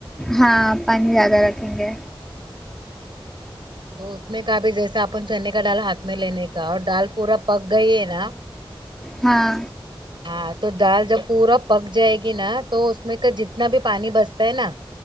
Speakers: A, in the centre; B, on the right (about 55°).
A: ہاں پانی زیادہ رکھیں گے
B: تو اس میں کا بھی جیسا اپن چنے کا ڈال ہاتھ میں لینے کا اور ڈال پورا پک گئی ہے نا
A: ہاں
B: ہاں تو دال جب پورا پک جائے گی نا تو اس میں کا جتنا بھی پانی بچتا ہے نا